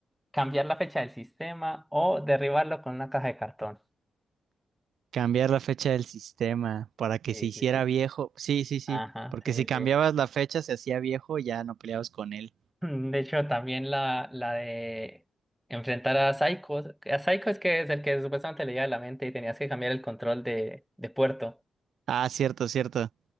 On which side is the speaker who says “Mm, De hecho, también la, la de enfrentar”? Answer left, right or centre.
Centre